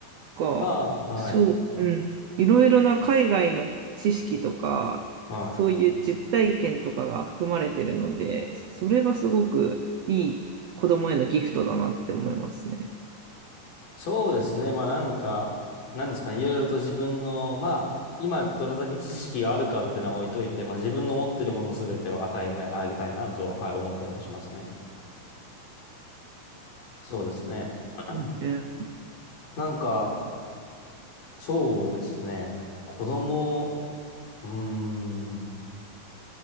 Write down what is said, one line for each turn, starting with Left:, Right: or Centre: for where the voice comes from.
Right: か、
Left: まあ、はい。
Right: そううん。いろいろな海外の知識とか、
Left: はい。
Right: そういう実体験とかが含まれてるので、それがすごくいい子供へのギフトだなって思いますね。
Left: そうですね。まあなんか、なんですかね。いろいろと自分の、まあ、今どれだけ知識があるかっていうのは置いといて、まあ自分の持ってるものすべては与えなあげたいなとは、はい、思ったりはしますね。そうですね。<clears throat>
Right: ね
Left: なんか、そうですね。子供、うーん、